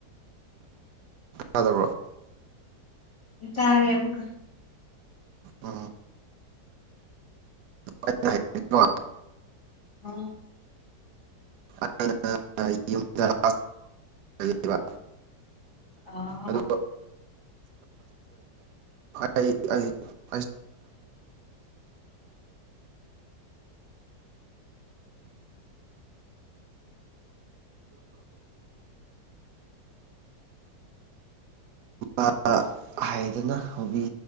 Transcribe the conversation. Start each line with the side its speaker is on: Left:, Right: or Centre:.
Right: ꯇꯥꯗꯕ꯭ꯔꯣ
Left: ꯇꯥꯔꯦ ꯑꯃꯨꯛꯀ
Right: ꯎꯝ ꯑꯩꯅ ꯍꯥꯏꯕꯗꯤꯀꯣ
Left: ꯑ
Right: ꯑꯩꯅ ꯌꯨꯝꯗ ꯂꯩꯕ
Left: ꯑ
Right: ꯑꯗꯨ ꯑꯩ ꯑꯩ ꯑ ꯑ ꯍꯥꯏꯗꯅ ꯍꯧꯕꯤ